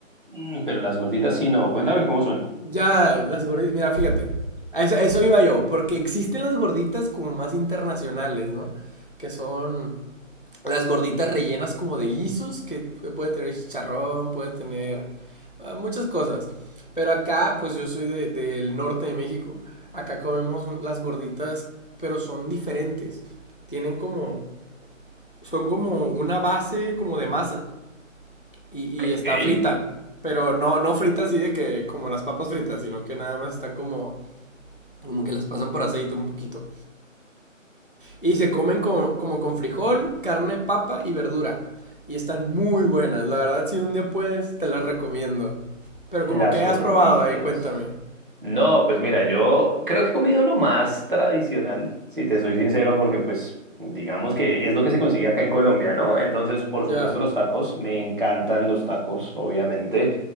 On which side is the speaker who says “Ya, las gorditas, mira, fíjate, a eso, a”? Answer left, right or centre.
Left